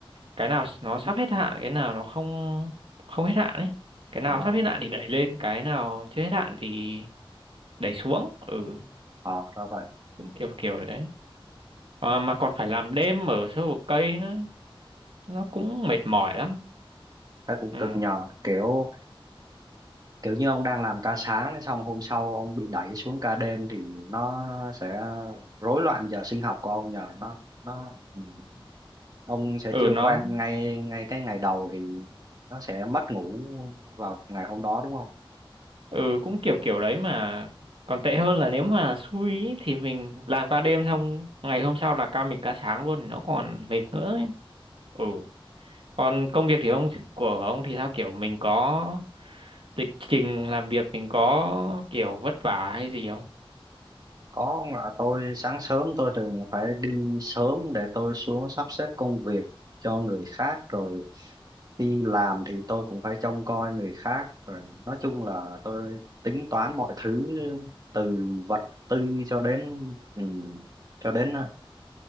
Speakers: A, on the right; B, on the right.
A: cái nào nó sắp hết hạn cái nào nó không không hết hạn ấy cái nào
B: ờ
A: sắp hết hạn thì đẩy lên cái nào chưa hết hạn thì đẩy xuống ừ
B: ờ ra vậy
A: cũng kiểu kiểu đấy à, mà còn phải làm đêm ở sâu vực cây nữa nó cũng mệt mỏi lắm
B: thấy cũng cực
A: ừ
B: nhờ kiểu kiểu như ông đang làm ca sáng xong hôm sau ông bị đẩy xuống ca đêm thì nó sẽ rối loạn giờ sinh học của ông nhờ nó nó ừ. ông sẽ
A: ừ
B: chưa
A: nó
B: quen ngay ngay cái ngày đầu thì nó sẽ mất ngủ vào ngày hôm đó đúng không
A: ừ cũng kiểu kiểu đấy mà còn tệ hơn là nếu mà xui ý, thì mình làm ca đêm xong ngày hôm sau là ca mình ca sáng luôn thì nó còn mệt nữa ấy. ừ còn công việc thì ông của ông thì sao kiểu mình có lịch trình làm việc mình có kiểu vất vả hay gì không
B: Có ông ạ, tôi sáng sớm tôi thường phải đi sớm để tôi xuống sắp xếp công việc cho người khác rồi đi làm thì tôi cũng phải trông coi người khác rồi nói chung là tôi tính toán mọi thứ từ vật tư cho đến ừ, cho đến ờ,